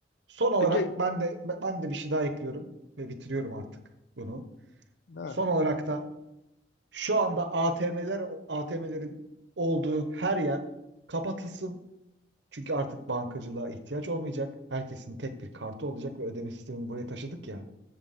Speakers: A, on the right; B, on the left.
A: Son olarak
B: E, ge-
A: ben de ben de bir şey daha ekliyorum ve bitiriyorum artık bunu.
B: ha,
A: Son olarak da şu anda ATM'ler ATM'lerin olduğu her yer kapatılsın. Çünkü artık bankacılığa ihtiyaç olmayacak. Herkesin tek bir kartı olacak ve ödeme sistemini buraya taşıdık ya.